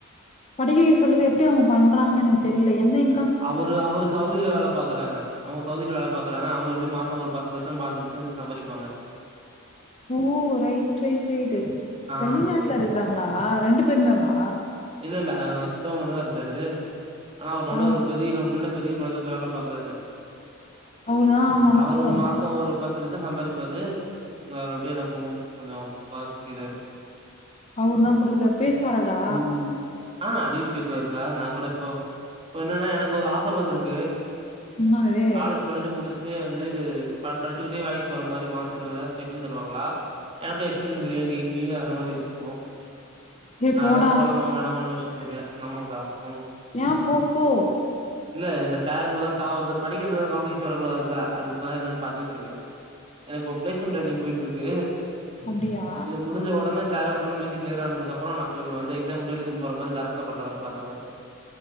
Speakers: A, on the left (about 30°); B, on the right (about 30°).
A: படிக்க வெக்ற செலவு எப்டி அவ்ங்க பண்றாங்கணு எனக்கு தெரில எந்த இ
B: அவரு அவரு சவுதில வேல பாக்குறாங்க அவ்ங்க சவுதில வேல பாக்குறாங்க அவ்ங்க எப்டி மாசோ ஒரு பத்து லட்சோ பாஞ்சு லட்சோ கிட்ட சம்பாரிப்பாங்க
A: ஓ ரைட் ரைட் ரைட்
B: ஆ
A: வெளிநாட்டுல இருக்றாங்களா ரெண்டு பேருமே வா
B: இல்லல்ல சித்தப்பா மட்டுந்தா இருக்காரு ஆனா அவரு நல்ல
A: ஆ
B: ஒரு பெரிய கம்பெனில பெரிய ப்ராஜெக்ட்ல வேல பாக்கறாரு
A: அவருதான் மனசு
B: அவரு
A: ஆமா
B: மாசோ ஒரு பத் த்து லட்சோ சம்பாரிப்பாரு அதுல அப்டியே எனக்கு கொஞ்சோ பாத் செய்றாரு
A: அவருதா குடுக்றார் பேசுவாராடா
B: ம் ஆ அடிகடி பேசுவாருக்கா நா கூட இப்போ இப்ப என்னன்னா எனக்கு ஒரு ஆஃபர் வந்துருக்கு
A: என்னது
B: காலேஜ் படிச்சு முடிச் ட்டு வந்து ப படிச்சுட்டே வேலைக்கு போற மாரி மாசோ இருபதாயிர் ஸ்டைஃபன் தருவாங்ளா எனக்கு எக்ஸ்பீரியன்ஸ் க்ரே கெய்ன் ஆகற மாரி இருக்கு
A: ஏ
B: நா
A: போடா
B: அதா போலாமா வேணமானு யோசிச்சிட்டுருக்கேன் <unintelligible> போணு
A: ஏ போ போ
B: இல்ல எங்க சாருங்கல்லா ஸ்டா வந்து படிக்றதுல காம்படிஷ் வரக்கூடாதுல்ல அதுக்காக என்னன்னு பாத்துக்ட்ருக்கே எனக்கு இப்ப பிளேஸ்மெண்ட் ட்ரைனிங் போயிட்ருக்கு
A: அப்டியா
B: இது முடிஞ்ச உடனே <unintelligible> பேசி கிளீயர் ஆனதுக்கு அப்றோ நா போயிருவோ வந்து எக்ஸாம் மட்டு எழுதிட்டு போற மாரி கரஸ்ல பண்ற மாரி பாக்துக்குவே